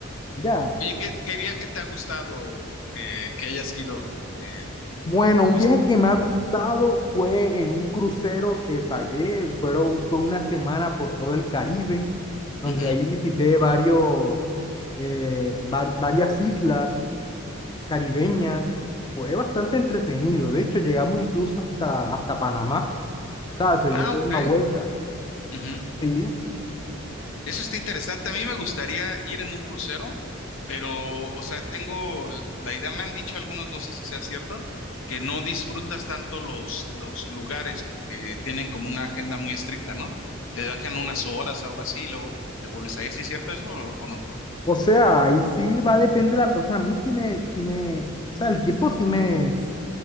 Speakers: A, on the left; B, on the left.
A: Ya.
B: Oye, ¿qué, qué viaje te ha gustado eh, que haya sido? eh,
A: Bueno, un
B: pues,
A: viaje que me ha gustado fue en un crucero que pagué, fueron, fue una semana por todo el Caribe, donde
B: ujú.
A: ahí visité varios, eh, va- varias islas caribeñas, fue bastante entretenido, de hecho llegamos incluso hasta, hasta Panamá, o sea, se
B: Ah,
A: dio toda
B: ok.
A: una vuelta,
B: ujú.
A: ¿sí?
B: Eso está interesante. A mí me gustaría ir en un crucero, pero, o sea, tengo l- la idea, me han dicho algunos, no sé si sea cierto, que no disfrutas tanto los, los lugares porque tienen como una agenda muy estricta, ¿no? Te dejan unas horas, algo así, y luego te vuelves a ir, ¿sí es cierto eso o o no?
A: O sea, ahí sí va a depender de la persona, a mí sí me, sí me, o sea, el tiempo sí me,